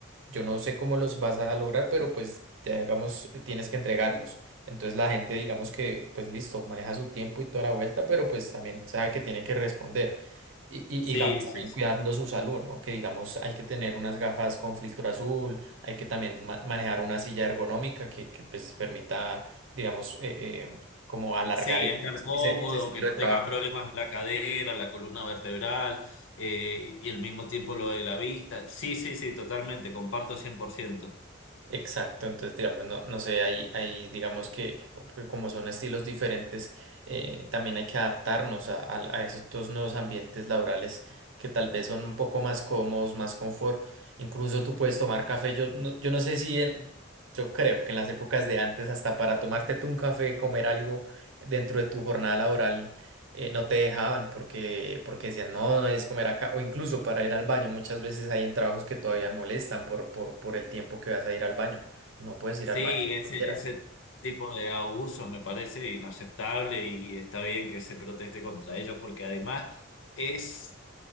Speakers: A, on the right (about 65°); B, on the left (about 65°).
A: yo no sé cómo los vas a lograr, pero pues ya digamos, eh, tienes que entregarlos. Entonces la gente, digamos que, pues listo, maneja su tiempo y toda la vuelta, pero pues también sabe que tiene que responder. Y, y
B: sí,
A: y digamos también
B: sí, sí.
A: cuidando su salud, ¿no? Que digamos hay que tener unas gafas con filtro azul, hay que también ma- manejar una silla ergonómica que, que, pues permita, digamos, eh, eh, como alargar
B: Sí,
A: e-
B: estar cómodo,
A: ese, ese estilo
B: que no
A: de trabajo.
B: tengas problemas en la cadera, la columna vertebral, eh, y al mismo tiempo lo de la vista. Sí, sí, sí, totalmente, comparto cien por ciento
A: Exacto, entonces digamos, no, no sé, hay, hay digamos que, que como que como son estilos diferentes, eh, también hay que adaptarnos a, a, a esos nuevos ambientes laborales que tal vez son un poco más cómodos, más confort, incluso tú puedes tomar café, yo no, yo no sé si, en- yo creo que en las épocas de antes hasta para tomarte tú un café, comer algo dentro de tu jornada laboral eh, no te dejaban porque, porque decían, no, no es comer acá, o incluso para ir al baño, muchas veces hay en trabajos que todavía molestan por, por, por el tiempo que vas a ir al baño, no puedes ir
B: Sí,
A: al baño cuando
B: ese,
A: quieras.
B: ese tipo de abusos me parece inaceptable y está bien que se proteste contra ellos porque además es,